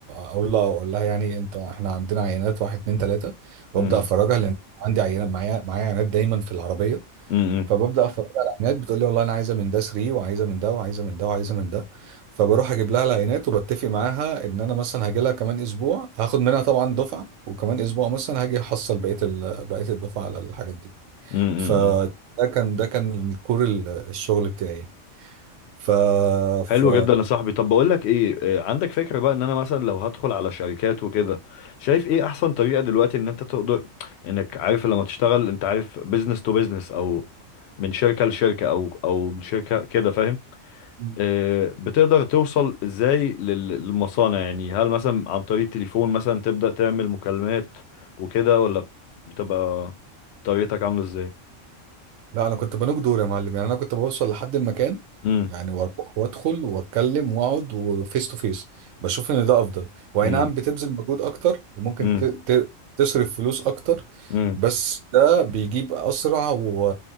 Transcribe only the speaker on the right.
اقول لها اقول لها يعني انت احنا عندنا عينات واحد اتنين تلاته وابدا
افرجها لان عندي عينه معايا معايا عينات دايما في العربيه
فببدا افرجها على العينات بتقول لي والله انا عايزه من ده 3 وعايزه من ده وعايزه من ده وعايزه من ده فبروح اجيب لها العينات وبتفق معاها ان انا مثلا هاجي لها كمان اسبوع هاخد منها طبعا دفعه وكمان اسبوع مثلا هاجي احصل بقيه ال- بقيه الدفعه على الحاجات دي
فده
كان ده كان الكور ال- الشغل بتاعي ف ف
مم.
لا انا كنت بنوك دور يا معلم يعني انا كنت بوصل لحد المكان
يعني واروح وادخل واتكلم واقعد وفيس تو فيس بشوف ان ده افضل واي
نعم بتبذل مجهود اكتر وممكن
ت... ت... تصرف فلوس اكتر
بس ده بيجيب اسرع و...